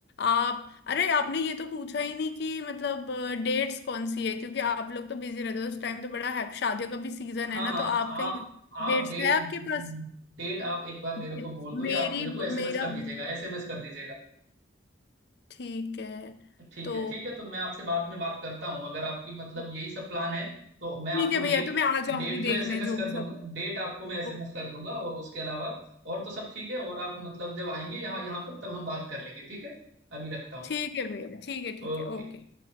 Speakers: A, on the left; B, on the right.
A: आप अरे आपने ये तो पूछा ही नहीं कि मतलब डेट्स कौन सी है क्योंकि आप लोग तो बिजी रहते हो उस टाइम तो बड़ा है शादियों का भी सीजन
B: हाँ
A: है ना
B: हाँ
A: तो आपका
B: आप आप
A: डेट्स
B: डेट
A: है आपके पास
B: डेट आप एक बार मेरे
A: Dates-
B: को बोल दो या
A: मेरी
B: आप मेरे को एसएमएस
A: मेरा
B: कर दीजिएगा
A: भी
B: एसएमएस कर दीजिएगा
A: ठीक है
B: ठीक
A: तो
B: है ठीक है तो मैं आपसे बाद में बात करता हूँ अगर आपकी मतलब
A: ठीक
B: यही सब प्लान है तो मैं आपको
A: है भैया
B: डेट
A: तो मैं आ जाऊंगी
B: डेट
A: देखने
B: जो एसएमएस
A: जो
B: कर
A: भी
B: दूंगा
A: सब
B: डेट आपको मैं एसएमएस
A: ओ,
B: कर दूंगा और उसके अलावा और तो सब ठीक है और आप मतलब जब आएंगे यहाँ यहाँ पर तब हम बात कर लेंगे ठीक है अभी रखता हूँ
A: ठीक
B: मैं
A: है भैया ठीक है ठीक
B: ओके
A: है ओके